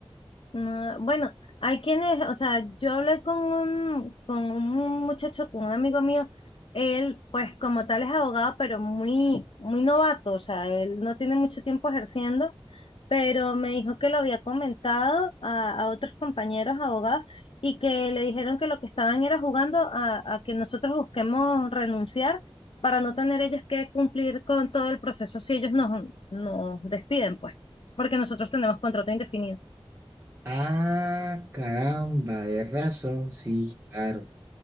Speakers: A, on the left (about 65°); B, on the right (about 25°).
A: No, bueno, hay quienes, o sea, yo hablé con un, con un muchacho, con un amigo mío, él pues como tal es abogado, pero muy, muy novato, o sea, él no tiene mucho tiempo ejerciendo pero me dijo que lo había comentado a, a otros compañeros abogados y que le dijeron que lo que estaban era jugando a, a que nosotros busquemos renunciar para no tener ellos que cumplir con todo el proceso si ellos nos, nos despiden, pues, porque nosotros tenemos contrato indefinido.
B: Ah, caramba, de razón. Sí, claro,